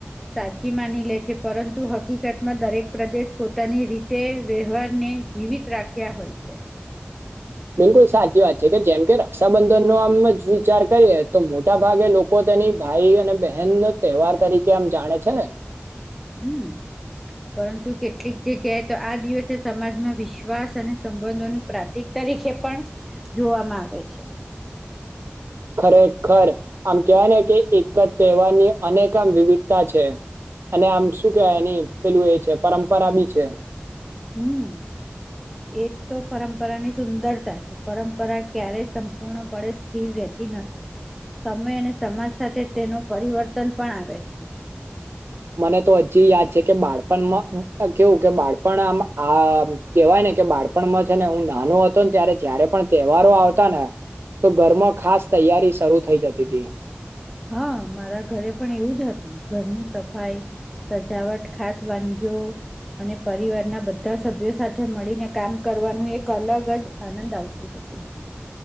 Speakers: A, in the centre; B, on the right.
A: સાચી માની લે છે પરંતુ હકીકતમાં દરેક પ્રદેશ પોતાની રીતે વ્યવહાર ને જીવિત રાખ્યા હોય છે.
B: બિલકુલ સાચી વાત છે કે જેમ કે રક્ષાબંધનનો આમ જ વિચાર કરીએ તો મોટા ભાગે લોકો તેની ભાઈ અને બહેન ન તહેવાર તરીકે આમ જાણે છે ને
A: હમ પરંતુ કેટલીક જગ્યાએ તો આ દિવસે સમાજમાં વિશ્વાસ અને સંબંધોનું પ્રાતિક વીષે પણ જોવામાં આવે છે.
B: ખરેખર આમ કહેવાય ને કે એક જ તહેવારની અનેક આમ વિવિધતા છે અને આમ શું કેવાય એની પેલું એ છે પરંપરા બી છે.
A: હમ એ તો પરંપરાની સુંદરતા છે પરંપરા ક્યારેય સંપૂર્ણપણે સ્થિર રહેતી નથી સમય અને સમાજ સાથે તેનું પરિવર્તન પણ આવે છે.
B: મને તો હજી યાદ છે કે બાળપણમાં કેવું કે બાળપણ આમ આ કેહેવાય ને કે બાળપણમાં છે ને હું નાનો હતો ને ત્યારે જયારે પણ તહેવારો આવતા ને તો ઘરમાં ખાસ તૈયારી શરૂુ થઈ જતી હતી.
A: હા મારા ઘરે પણ એવું જ હતું ઘરની સફાઈ સજાવટ ખાસ વાનગીઓ અને પરિવારના બધા સભ્યો સાથે મળીને કામ કરવાનું એક અલગ જ આનંદ આવતું હતું.